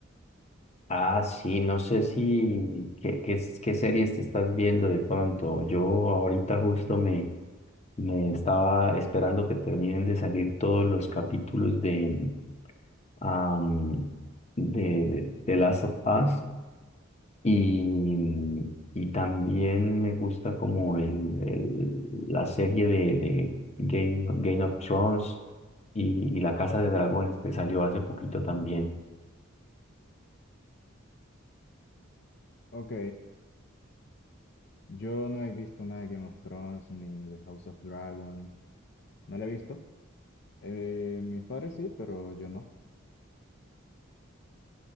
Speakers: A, on the left (about 35°); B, on the left (about 55°).
A: Ah, sí, no sé si qué, qué, es- qué series te estás viendo de pronto. Yo ahorita justo me, me estaba esperando que terminen de salir todos los capítulos de, am, de, The Last of Us y, y también me gusta como el, el- la serie de, de Game, Game of Thrones y, y La Casa de Dragones que salió hace poquito también.
B: Ok, Yo no he visto nada de Game of Thrones ni de House of Dragon. No la he visto. Eh, mis padres sí, pero yo no.